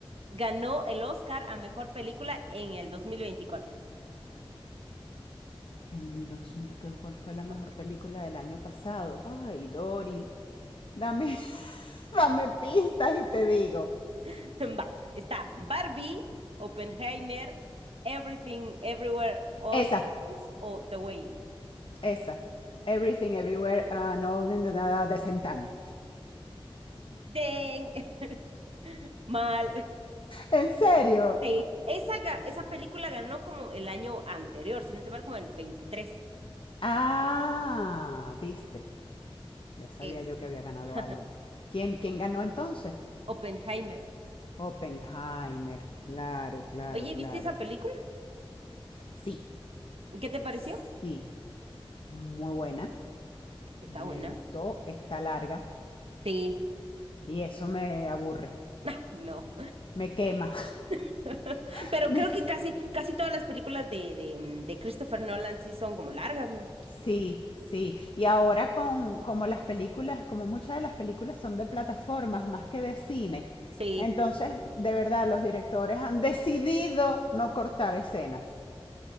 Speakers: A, on the right; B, on the left.
A: Ganó el Oscar a mejor película en el 2024.
B: En el 2000, ¿qué- ¿cuál fue la
A: Cuatro.
B: mejor película del año pasado? Ay, Dory. Dame, <laughs> dame pistas y te digo.
A: <laughs> Va, está Barbie, Oppenheimer, Everything, Everywhere, All
B: Esa,
A: at Once o The Whale.
B: esa. Everything, everywhere, and all in the, the same time.
A: ¡Deng! <laughs> Mal.
B: ¿En serio?
A: Sí, esa, ga- esa película ganó como el año anterior, si no estoy mal, como el 23.
B: Ah, viste. Ya sabía
A: Es
B: yo que había ganado
A: <laughs>
B: algo. ¿Quién, quién ganó entonces?
A: Oppenheimer.
B: Oppenheimer.
A: Y-
B: Claro, claro,
A: Oye,
B: claro.
A: ¿viste esa película?
B: Sí,
A: ¿Qué te pareció?
B: sí. Muy buena.
A: Está
B: Me
A: buena.
B: gustó. Está larga.
A: Sí,
B: Y eso me aburre.
A: <laughs> no.
B: Me quema.
A: <laughs>
B: <laughs>
A: Pero
B: Me
A: creo
B: que-
A: que casi, casi todas las películas de, de, mm, de Christopher Nolan sí son como largas, ¿no?
B: Sí, sí. Y ahora con como las películas, como muchas de las películas son de plataformas más que de cine.
A: Sí.
B: Entonces, de verdad, los directores han decidido no cortar escenas.